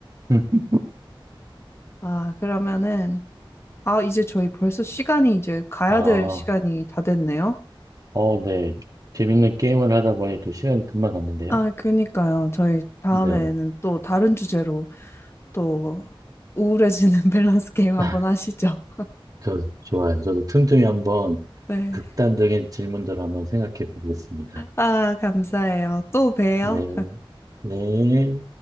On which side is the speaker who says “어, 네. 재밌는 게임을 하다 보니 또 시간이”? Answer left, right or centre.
Right